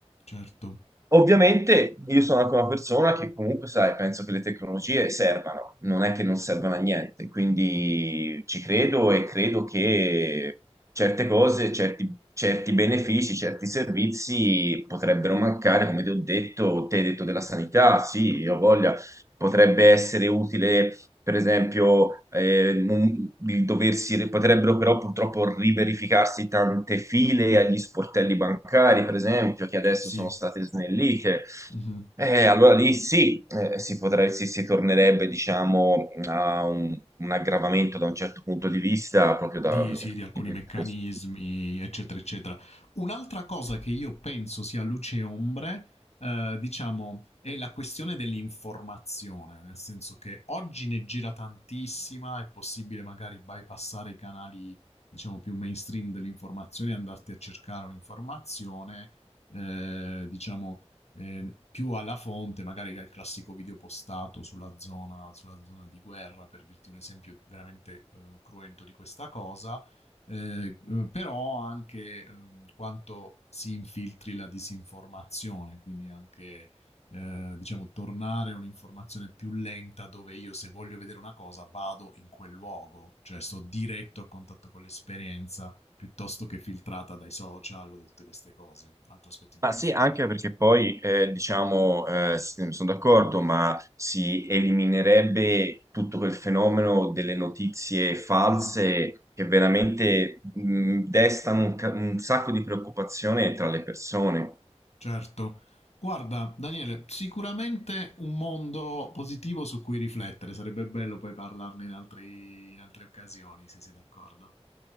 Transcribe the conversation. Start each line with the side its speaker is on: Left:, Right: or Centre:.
Left: certo,
Right: Ovviamente io sono anche una persona che comunque, sai, penso che le tecnologie servano, non è che non servano a niente, quindi ci credo e credo che certe cose, certi, certi benefici, certi servizi potrebbero mancare, come ti ho detto, te hai detto della sanità, sì, io ho voglia, potrebbe essere utile per esempio, eh, un- di doversi, potrebbero però purtroppo riverificarsi tante file agli sportelli bancari, per esempio, che adesso
Left: sì.
Right: sono state snellite.
Left: Mm-hmm.
Right: Eh, allora lì sì, eh, si potrebbe, si, si tornerebbe, diciamo, a un, un aggravamento da un certo punto di vista, proprio da,
Left: Di, sì, di alcuni
Right: di
Left: meccanismi,
Right: questo.
Left: eccetera, eccetera. Un'altra cosa che io penso sia luce e ombre, eh, diciamo, è la questione dell'informazione, nel senso che oggi ne gira tantissima, è possibile magari bypassare i canali, diciamo, più mainstream dell'informazione e andarti a cercare un'informazione, eh, diciamo, eh, più alla fonte, magari che al classico video postato sulla zona, sulla zona di guerra, per dirti un esempio veramente eh, cruento di questa cosa, eh, però anche eh, quanto si infiltri la disinformazione, quindi anche... Eh, diciamo, tornare a un'informazione più lenta dove io se voglio vedere una cosa vado in quel luogo, cioè sto diretto a contatto con l'esperienza piuttosto che filtrata dai social o da tutte queste cose. Un Altro aspetto interessante.
Right: Ma sì, anche perché poi, eh, diciamo, eh, s- sono d'accordo, ma si eliminerebbe tutto quel fenomeno delle notizie false
Left: Mm.
Right: che veramente mh, destano un, ca- un sacco di preoccupazione tra le persone.
Left: Certo. Guarda, Daniele, sicuramente un mondo positivo su cui riflettere. Sarebbe bello poi parlarne in altri- in altre occasioni, se sei d'accordo.